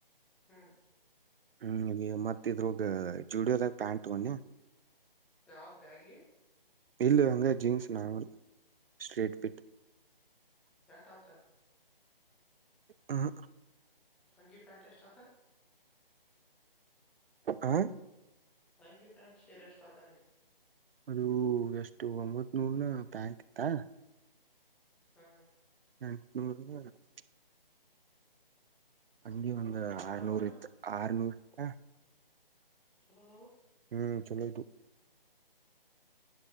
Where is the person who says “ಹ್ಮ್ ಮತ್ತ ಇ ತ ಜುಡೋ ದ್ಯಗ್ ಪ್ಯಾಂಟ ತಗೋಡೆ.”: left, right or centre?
Right